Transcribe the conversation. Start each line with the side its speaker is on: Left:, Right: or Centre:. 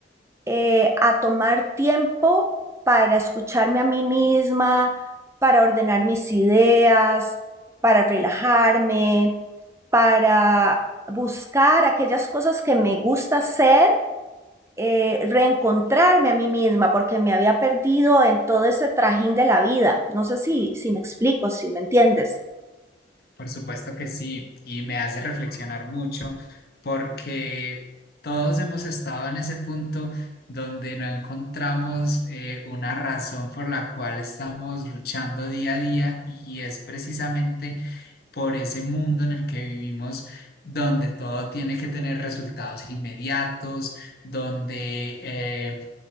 Right: eh, a tomar tiempo para escucharme a mí misma, para ordenar mis ideas, para relajarme, para buscar aquellas cosas que me gusta hacer eh, reencontrarme a mí misma porque me había perdido en todo ese trajín de la vida. No sé si, si me explico, si me entiendes.
Left: Por supuesto que sí, y me hace reflexionar mucho porque todos hemos estado en ese punto donde no encontramos eh, una razón por la cual estamos luchando día a día y es precisamente por ese mundo en el que vivimos donde todo tiene que tener resultados inmediatos, donde eh,